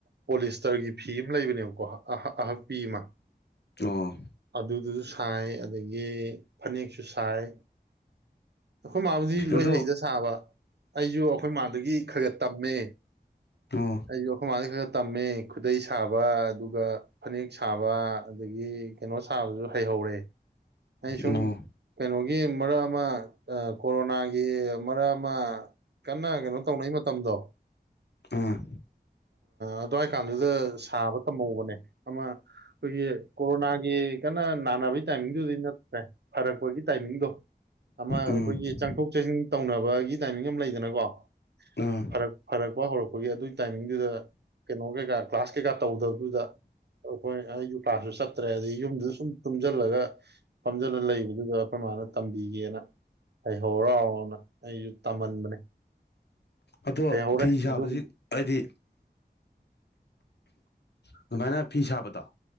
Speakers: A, on the right; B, on the left.
A: ꯄꯣꯂꯤꯁ ꯇꯔꯒꯤ ꯐꯤ ꯑꯃ ꯂꯩꯕꯅꯦꯕꯀꯣ ꯑꯍꯛꯄꯤ ꯑꯃ
B: ꯑꯣ
A: ꯑꯗꯨ ꯑꯗꯨ ꯑꯗꯨ ꯁꯥꯏ ꯑꯗꯒꯤ ꯐꯅꯦꯛꯁꯨ ꯁꯥꯏ ꯑꯩꯈꯣꯏ ꯃꯥꯕꯨꯗꯤ ꯂꯣꯏ
B: ꯑꯗꯣ
A: ꯍꯩꯗ ꯁꯥꯕ ꯑꯩꯁꯨ ꯑꯩꯈꯣꯏ ꯃꯥꯗꯨꯒꯤ ꯈꯔ ꯈꯔ ꯇꯝꯃꯦ
B: ꯑꯣ
A: ꯑꯩꯁꯨ ꯑꯩꯈꯣꯏ ꯃꯥꯗꯨ ꯈꯔ ꯈ ꯇꯝꯃꯦ ꯈꯨꯗꯩ ꯁꯥꯕ ꯑꯗꯨꯒ ꯐꯅꯦꯛ ꯁꯥꯕ ꯑꯗꯒꯤ ꯀꯩꯅꯣ ꯁꯥꯕꯁꯨ ꯍꯩꯍꯧꯔꯦ ꯑꯩ ꯁꯨꯝ
B: ꯑꯣ
A: ꯀꯩꯅꯂ ꯒꯤ ꯃꯔꯛ ꯑꯃ ꯀꯣꯔꯣꯅꯥꯒꯤ ꯃꯔꯛ ꯑꯃ ꯀꯟꯅ ꯀꯩꯅꯣ ꯇꯧꯅꯩ ꯃꯇꯝꯗꯣ
B: ꯑꯥ
A: ꯑꯗꯨꯋꯥꯏ ꯀꯥꯟꯗꯨꯗ ꯁꯥꯕ ꯇꯝꯍꯧꯕꯅꯦ ꯑꯃ ꯑꯩꯈꯣꯏꯒꯤ ꯀꯣꯔꯣꯅꯥꯒꯤ ꯀꯟꯅ ꯅꯥꯕꯒꯤ ꯇꯥꯏꯃꯤꯡꯗꯨꯗꯤ ꯅꯠꯇ꯭ꯔꯦ ꯐꯔꯛꯄꯒꯤ ꯇꯥꯏꯃꯤꯡꯒꯣ ꯑꯃꯃ
B: ꯎꯝ
A: ꯑꯦ ꯆꯪꯊꯣꯛ ꯆꯪꯁꯤꯟ ꯇꯧꯅꯕꯒꯤ ꯇꯥꯏꯃꯤꯡ ꯑꯃ ꯂꯩꯗꯅꯀꯣ
B: ꯑꯥ
A: ꯐꯔꯛ ꯐꯔꯛꯄ ꯍꯧꯔꯛꯄꯒꯤ ꯑꯗꯨꯒꯤ ꯇꯥꯏꯃꯤꯡꯗꯨꯗ ꯀꯩꯅꯣ ꯦꯒ ꯀ꯭ꯂꯥꯁꯀꯤ ꯀꯞ ꯇꯧꯗꯕꯗꯨꯗ ꯍꯈꯣꯏ ꯑꯩ ꯌꯨꯀꯥꯁꯨ ꯆꯠꯇ꯭ꯔꯦ ꯑꯩ ꯌꯨꯝꯗꯨꯗꯁꯨ ꯁꯨꯝ ꯇꯨꯝꯁꯤꯜꯂꯒ ꯐꯝꯖꯜꯂ ꯂꯩꯕꯗꯨꯒ ꯑꯩꯈꯣꯏ ꯃꯥꯅ ꯇꯝꯕꯤꯒꯦꯅ ꯑꯩ ꯍꯧꯧꯔꯥꯎꯔꯥꯎꯅ ꯑꯩꯁꯨ ꯇꯝꯍꯟꯕꯅꯦ
B: ꯑꯗꯣ
A: ꯍꯩꯍꯧꯔꯦ
B: ꯐꯤ ꯁꯥꯕꯁꯤ
A: ꯑꯗꯨꯝ
B: ꯍꯥꯏꯗꯤ ꯑꯗꯨꯃꯥꯏꯅ ꯐꯤ ꯁꯥꯕꯗꯣ